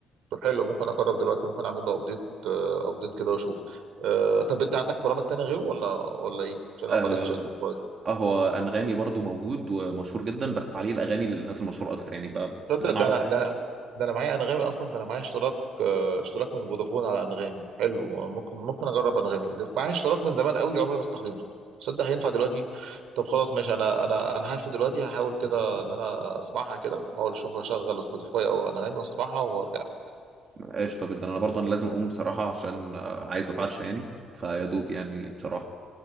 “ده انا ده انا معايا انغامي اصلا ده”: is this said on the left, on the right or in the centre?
Right